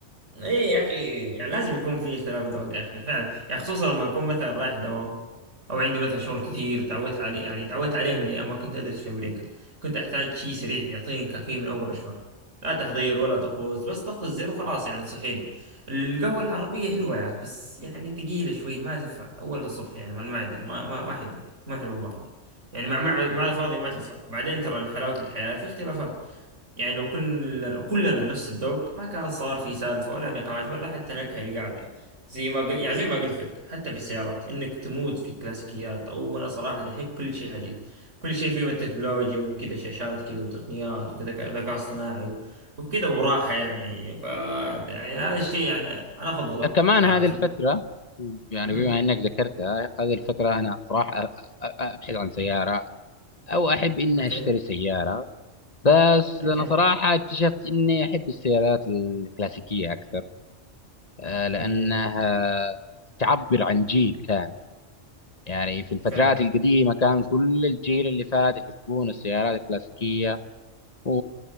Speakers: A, on the right (about 80°); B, on the left (about 35°).
A: ايه يا اخي يعني لازم يكون في اختلاف ذوق يا اخي فعلا يعني خصوصا لما اكون مثلا رايح دوام او عندي مثلا شغل كثير تعودت عليه يعني تعودت عليه من ايام ما كنت ادرس في امريكا كنت احتاج شيء سريع يعطيني كافيين من اول رشفه لا تحضير ولا طقوس بس ضغط الزر وخلاص يعني تصحيني القهوه العربيه حلوه يا اخي بس يعني ثقيله شوي ما تنفع اول الصبح يعني مع المعده ما ما ما حلو ما حلو مره يعني مع مع مع الفاضي ما تنفع بعدين ترى حلاوه الحياه في اختلافات يعني لو كلنا كلنا نفس الذوق ما كان صار في سالفة ولا نقاش ولا حتى نكهة القعدة زي ما قل... يعني زي ما قلت لك حتى في السيارات انك تموت في الكلاسيكيات او انا صراحة احب كل شيء حديث كل شيء فيه من التكنولوجيا وكذا شاشات كذا وتقنيات وكذا ك- ذكاء اصطناعي و... وكذا وراحة يعني ف يعني هذا الشيء يعني انا افضله
B: كمان
A: صراحة
B: هذه الفترة يعني
A: أه.
B: بما انك ذكرتها هذه الفترة انا صراحة أ- أ- ابحث عن سيارة او احب اني
A: اوكي
B: اشتري سيارة بس انا
A: اوكي
B: صراحة اكتشفت اني احب السيارات الكلاسيكية اكثر آه، لانها
A: إيه.
B: تعبر عن جيل كامل يعني في الفترات
A: فعلا
B: القديمة كان كل الجيل اللي فات يحبون السيارات الكلاسيكية و...